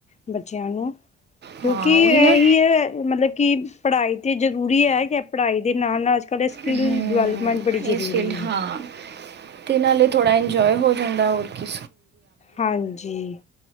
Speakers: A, on the left (about 25°); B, on the right (about 35°).
A: <unintelligible> ਕਿਉਂਕਿ
B: ਹਾਂ ਉਹੀ
A: ਇਹੀ
B: ਨਾ
A: ਏ ਮਤਲਬ ਕਿ ਪੜ੍ਹਾਈ ਤੇ ਜ ਜ਼ਰੂਰੀ ਹੈ ਕਿ ਪੜ੍ਹਾਈ ਦੇ ਨਾਲ-ਨਾਲ ਅਜ ਕੱਲ੍ਹ ਸਕਿੱਲ
B: ਹਮ,
A: ਡਿਵੈਲਪਮੈਂਟ ਬੜੀ ਜ਼ਰੂਰੀ
B: ਇਸ ਫੀਲਡ ਹਾਂ
A: ਹੈ
B: ਤੇ ਨਾਲੇ ਥੋੜ੍ਹਾ ਇੰਜੋਏ ਹੋ ਜਾਂਦਾ ਹੋਰ ਕਿ
A: ਹਾਂਜੀ